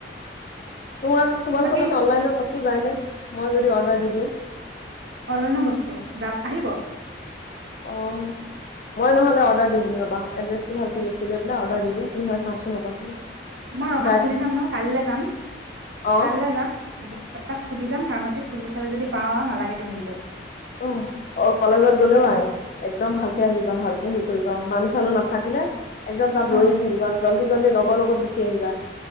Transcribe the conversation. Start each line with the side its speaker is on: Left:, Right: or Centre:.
Left: তোমাৰ তোমালোকৰ
Right: বাকী
Left: তাতে অনলাইনৰ বস্ টো যায় নে মই যদি অৰ্ডাৰ দি দিওঁ?
Right: অনলাইনৰ বস্তু? যা আহিব।
Left: অহ, মই নহ'লে অৰ্ডাৰ দি দিম ৰবা এড্ৰেছটো ভালকে লিখি লৈ পেলাই অৰ্ডাৰ দি দিম কি হয় চাওঁচোন ৰবাচোন।
Right: মই ৰহাত
Left: যাই
Right: সুধি চাম নহয় কাইলে যাম,
Left: অ
Right: কাইলে যাম তাত সুধি যাম ফাৰ্মাচীত সুধি চালে যদি পাওঁ আও নালাগে তুমি দিবলে।
Left: অহ, অ, কলেজত গ'লেও আই একদম ভালকে আহিবা ভালকে হেৰি কৰিবা মানুহ -চানুহ নাথাকিলে একদম তাত
Right: অ
Left: ৰৈ নেথাকিবা জল্দি -জল্দি লগৰ লগত গুচি আহিবা।